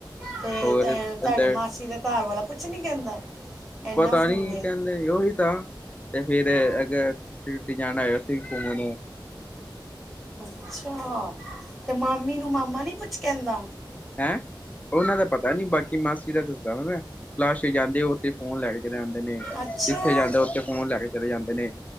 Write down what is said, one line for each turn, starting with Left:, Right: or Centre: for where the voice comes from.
Centre: ਤੇ
Left: ਹੋਰ
Centre: ਅਹ,
Left: ਕਹਿੰਦੇ
Centre: ਤੁਹਾਡੇ ਮਾਸੀ ਦਾ ਘਰ ਵਾਲਾ ਕੁਝ ਨਹੀਂ ਕਹਿੰਦਾ ਇੰਨਾ
Left: ਪਤਾ
Centre: ਫੋਨ
Left: ਨੀ
Centre: ਵੇ
Left: ਕਹਿੰਦੇ ਉਹੀ ਤੇ ਫੇਿਰ
Centre: ਹਾਂ
Left: ਅਗ ਟੁ ਅਸ ਪਗ ਨੇ
Centre: ਅੱਛਾ ਤੇ ਮਾਮੀ ਨੂੰ ਮਾਮਾ ਨੀ ਕੁਛ ਕੇੰਦ
Left: ਹੈਂ ਉਹਨਾਂ ਦਾ ਪਤਾ ਨੀ ਬਾਕੀ ਮਾਸੀ ਦਾ ਦੱਸ ਤਾਂੈਂ <inaudible> ਫਲੈਸ਼ ਜਾਂਦੇ ਉੱਥੇ ਫੋਨ ਲੈ ਕੇ ਜਾਂਦੇ ਨੇ
Centre: ਅੱਛਾ
Left: ਜਿੱਥੇ ਜਾਂਦੇ ਉੱਥੇ ਫੋਨ ਲੈ ਕੇ ਚਲੇ ਜਾਂਦੇ ਨੇ।